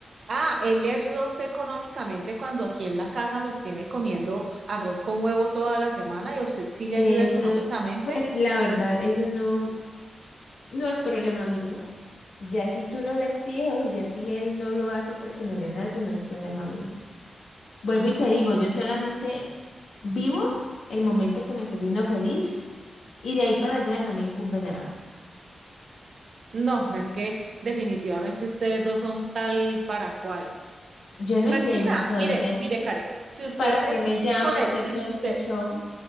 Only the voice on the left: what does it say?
eso,
pues la verdad, eso no, no es problema mío. Ya si tú no le exiges, ya si él no lo hace porque no le nace, no es problema mío. Vuelvo y te digo, yo solamente vivo el momento que me está haciendo feliz y de ahí para allá no me incumbe nada.
Yo no
entiendo entonces.
¿Para
qué me
llama
hacer
todo
este show?